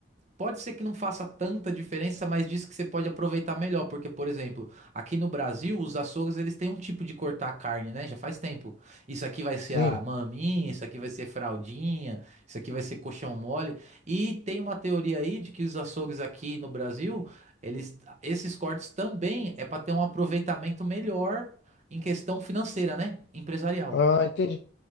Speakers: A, on the right (about 35°); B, on the left (about 60°).
A: Pode ser que não faça tanta diferença, mas diz que você pode aproveitar melhor, porque, por exemplo, aqui no Brasil, os açougues, eles têm um tipo de cortar a carne, né? Já faz tempo. Isso aqui vai ser
B: sim.
A: a maminha, isso aqui vai ser fraldinha, isso aqui vai ser coxão mole. E tem uma teoria aí de que os açougues aqui no Brasil, eles, esses cortes também é para ter um aproveitamento melhor em questão financeira, né? Empresarial.
B: Ah, entendi.